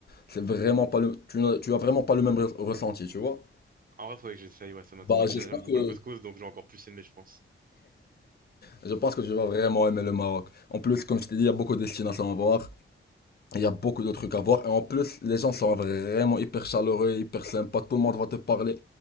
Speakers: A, on the left; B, on the right.
A: c'est vraiment pas le, tu n'as- tu as vraiment pas le même re- ressenti, tu vois.
B: En vrai, faudrait que j'essaye, ouais, ça m'intéresse.
A: Bah,
B: En plus,
A: j'espère
B: j'aime beaucoup
A: que
B: le couscous, donc j'ai encore plus aimé, je pense.
A: Je pense que tu vas vraiment aimer le Maroc. En plus, comme je t'ai dit, il y a beaucoup de destinations à voir. Il y a beaucoup de trucs à voir. Et en plus, les gens sont vraiment hyper chaleureux, hyper sympas. Tout le monde va te parler